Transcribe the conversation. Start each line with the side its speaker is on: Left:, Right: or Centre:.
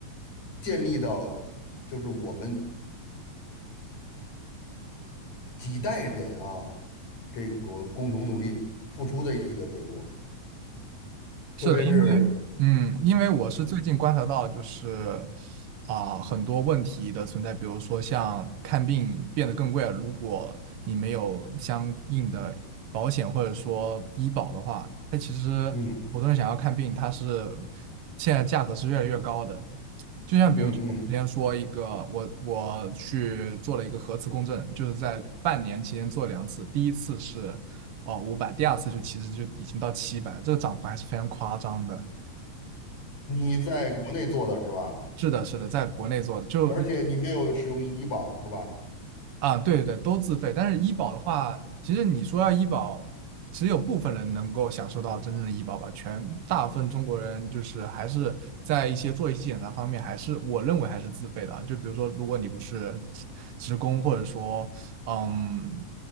Left: 建立到，就是我们几代人啊，这个共同努力付出的一个结果。特别是，
Right: 是的。嗯，因为我是最近观察到，
Left: 嗯
Right: 就是啊、很多问题的存在，比如说像看病变得更贵了，如果你没有相应的保险或者说医保的话，那其实普通人想要看病，
Left: 嗯
Right: 它是现在价格是越来越高的。就像比如说，
Left: 嗯嗯，
Right: 之前说一个，我我去做了一个核磁共振，就是在半年期间做两次，第一次是哦五百5 0第二次就其实就已经到七百，这个涨幅还是非常夸张的。
Left: 你在国内做的是吧？
Right: 是的，是的，在国内做的，就一
Left: 而且你没有使用医保是吧？
Right: 啊，对对对，都自费。但是医保的话，其实你说要医保，只有部分人能够享受到真正的医保吧。全大部分中国人就是还是在一些做一些检查方面，还是我认为还是自费的啊。就比如说，如果你不是职职工，或者说，嗯，